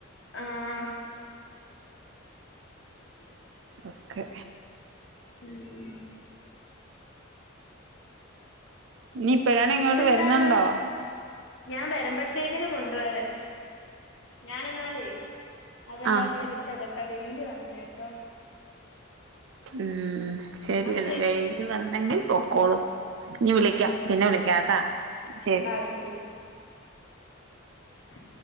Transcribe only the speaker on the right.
ഒക്കെ
നീ പ്പഴാണിങ്ങോട്ട്
വെരുന്നൊണ്ടോ
ആഹ്
ഉം ശെരി
വെയില് വന്നെങ്കിൽ പൊക്കോളു ഞ്ഞ് വിളിക്കാ
പിന്ന വിളിക്കാട്ടാ ശരി